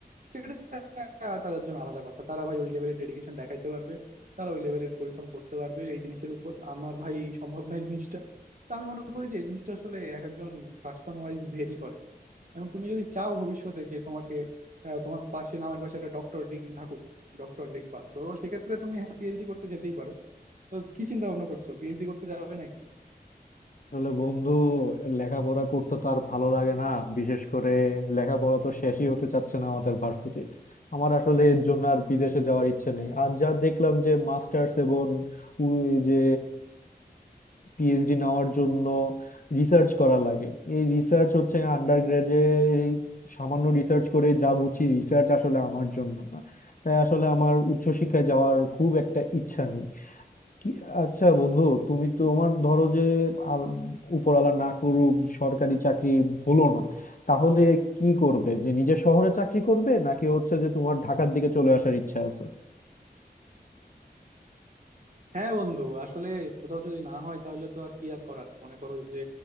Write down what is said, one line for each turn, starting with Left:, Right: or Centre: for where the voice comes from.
Right: সেটা তাদের জন্য আলাদা কথা তারা ভাই ওই লেভেলের ডেডিকেশন দেখাইতে পারবে তারা ওই লেভেলের পরিশ্রম করতে পারবে এই জিনিসের উপর আমার ভাই সম্ভব নয় জিনিসটা তো আমি মনে করি যে এই জিনিসটা আসলে এক একজন পার্সন ওয়াইজ ভেরি করে এখন তুমি যদি চাও ভবিষ্যতে যে তোমাকে আহ, তোমার পাশে নামের পাশে একটা ডক্টর ডিগ্রি থাকুক ডক্টর লিখবা তো সেক্ষেত্রে তুমি পিএইচডি করতে যেতেই পারো তো কি চিন্তা ভাবনা করছো পিএইচডি করতে যাবে নাকি
Left: আসলে বন্ধু লেখাপড়া করতে তো আর ভালো লাগে না বিশেষ করে লেখাপড়া তো শেষই হতে চাচ্ছে না আমাদের ভার্সিটি আমার আসলে এর জন্য আর বিদেশে যাওয়ার ইচ্ছে নেই আর যা দেখলাম যে মাস্টার্স এবং উ- যে পিএইচডি নেওয়ার জন্য রিসার্চ করা লাগে এই রিসার্চ হচ্ছে আন্ডার গ্রাজে সামান্য রিসার্চ করে যা বুঝি রিসার্চ আসলে আমার জন্য না তাই আসলে আমার উচ্চশিক্ষায় যাওয়ার খুব একটা ইচ্ছা নেই কি আচ্ছা বন্ধু তুমি তো তোমার ধরো যে আল- উপরওয়ালা না করুক সরকারি চাকরি হলো না তাহলে কি করবে যে নিজের শহরে চাকরি করবে নাকি হচ্ছে যে তোমার ঢাকার দিকে চলে আসার ইচ্ছা আছে
Right: হ্যাঁ বন্ধু আসলে কোথাও যদি না হয় তাহলে তো আর কি আর করার মনে করো যে